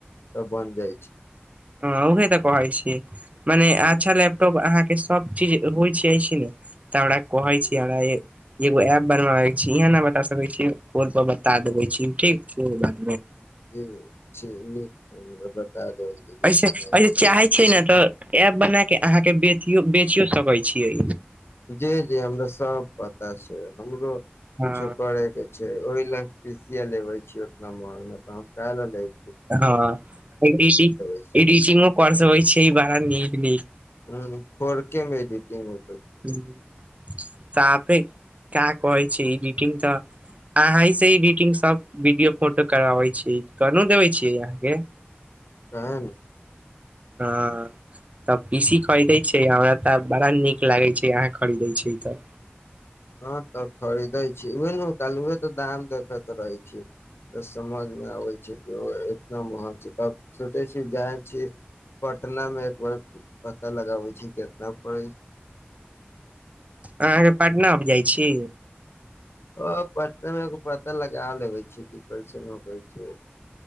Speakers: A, on the left (about 80°); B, on the right (about 35°).
A: बन जाय छै।
B: हाँ उहे तऽ कहै छी मने अच्छा लैपटॉप अहाँ के सब चीज होय छै से ने तऽ हमरा कहै छी, हमरा ए एगो ऐप बनवावे छी, इहां ना बता सकै छी, फोन पर बता देबे छी ठीक <unintelligible>
A: ह्म्म, ठीक छै <unintelligible> <unintelligible> जे
B: ऐसे, ऐसे चाहै छै ने तऽ ऐप बना के अहाँ के बेतियो बेचियो सकै छियै।
A: जी-जी हमरा सब पता छै, हमरो
B: हँ
A: कुछो करे के छै, ओय लंग पी सी या लेबे छी ओतना महंगा, काम काए रहल जाय
B: हाँ ई डी सी
A: छी
B: इडिटिंगो पर से होय छै बाड़ा नीक-नीक।
A: ह्म्म, फॉर के मे इडिटिंग
B: ह्म्म। साफे का कहै छी इडिटिंग तऽ आहीँ से इडिटिंग सब वीडियो, फोटो कराबै छी, कहनु देबै छी अहाँ के।
A: उहाए ने।
B: हाँ तऽ पी सी खरीदैक छै, हमरा ते आब बड़ा नीक लागै छै, अहाँ खरीदै छी तऽ।
A: हाँ त खरीदै छी, उहे नु कल्हुए तऽ दाम देखैत रहै छी। तऽ समझ मे आबै छै कि ओ ए ना महग छै तब सोचे छी जाय छी। पटना मे एक बेर पता लगाबै छी केतना पड़ै
B: अहाँ के पटना अब जाय छी।
A: ओ पटनो के पता लगा लेबै छी की कैसन होैकै छै,